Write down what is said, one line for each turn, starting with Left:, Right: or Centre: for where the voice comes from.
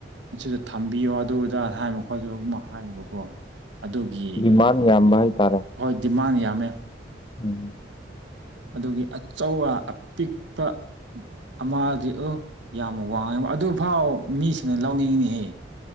Right: ꯁꯤꯗ ꯊꯝꯕꯤꯌꯣ ꯑꯗꯨꯗ ꯍꯥꯏ ꯃꯈꯣꯏꯖꯨ ꯑꯃ ꯍꯥꯏꯌꯦꯕꯀꯣ ꯑꯗꯨꯒꯤ
Left: ꯃꯥꯟ ꯌꯥꯝꯕ ꯍꯥꯏꯇꯥꯔꯦ
Right: ꯍꯣꯏ ꯗꯤꯃꯥꯟ ꯌꯥꯝꯃꯦ
Left: ꯎꯝ
Right: ꯑꯗꯨꯒꯤ ꯑꯆꯧꯕ ꯑꯄꯤꯛꯄ ꯑꯃꯥꯗꯤ ꯑꯣ ꯌꯥꯝ ꯋꯥꯡꯉꯦꯕ ꯑꯗꯨꯐꯥꯎ ꯃꯤꯁꯤꯡꯅ ꯂꯧꯅꯤꯡꯉꯤꯍꯦ